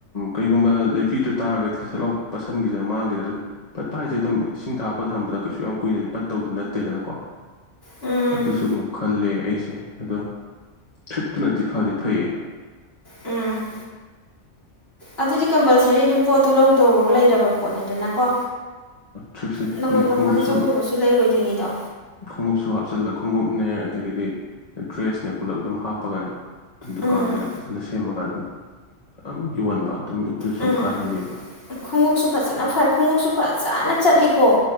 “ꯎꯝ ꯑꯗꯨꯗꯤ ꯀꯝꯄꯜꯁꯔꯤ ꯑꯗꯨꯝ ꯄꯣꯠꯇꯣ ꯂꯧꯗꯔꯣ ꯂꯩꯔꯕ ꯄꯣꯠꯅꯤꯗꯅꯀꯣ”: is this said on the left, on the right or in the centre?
Left